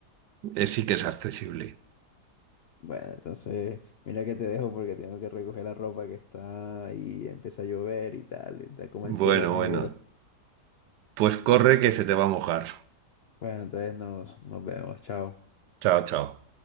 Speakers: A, on the right (about 85°); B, on the left (about 70°).
A: eh, sí que es accesible.
B: Bueno, entonces, mira que te dejo porque tengo que recoger la ropa que está y empieza a llover y tal, y está como
A: Bueno,
B: el cielo negro.
A: bueno, pues corre que se te va a mojar.
B: Bueno, entonces nos, nos vemos, chao.
A: Chao, chao.